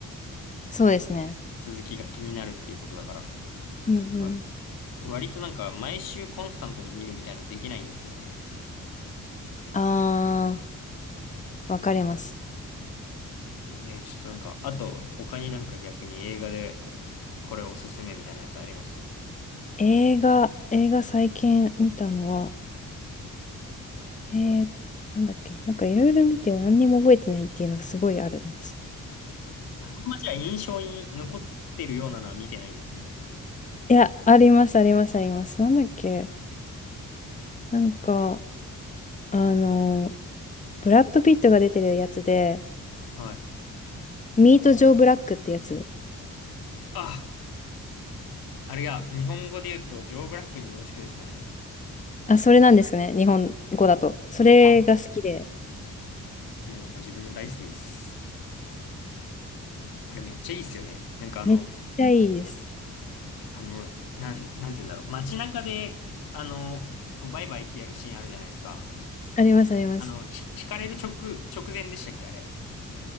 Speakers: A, on the left; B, on the left.
A: そうですね。
B: 続きが気になるっていうことだから。
A: うんうん。
B: それは割となんか毎週コンスタントに見るみたいなのできないんですよね。
A: あー、わかります。
B: えー、ちょっとなんか、あと他になんか逆に映画でこれおすすめみたいなやつあります
A: 映画、映画最近見たのは、えー、なんだっけな。なんかいろいろ見ても何にも覚えてないっていうのがすごいあるんですよ。
B: あんまじゃあ印象に残ってるようなのは見てないんですね。
A: いや、あります、あります、あります。なんだっけなんか、あの、ブラッド・ピットが出てるやつで、
B: はい。
A: ミート・ジョー・ブラックってやつ。
B: あ、あれが日本語で言うとジョー・ブラックによろしくですかね。
A: あ、それなんですね。日本語だと。それが好きで、
B: あ、もう自分も大好きです。あれめっちゃいいっすよね。なんかあの、
A: めっちゃいいです。
B: あの、なん、なんて言うんだろう。街中で、あの、こうバイバイってやるシーンあるじゃないですか。
A: あります、あります。
B: あの、ひ、引かれる直、直前でしたっけ、あれ。